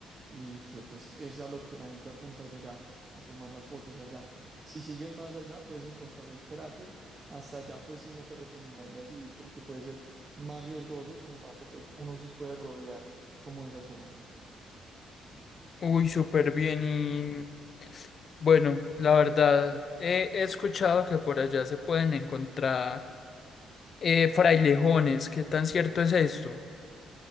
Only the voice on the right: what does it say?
y que pues es a lo que la gente apunta a llegar, a tomar las fotos allá. Si sigues más allá puedes encontrar el cráter, hasta allá pues sí no te recomendaría subir porque puede ser más riesgoso, sin embargo pues uno sí puede rodear como esa zona.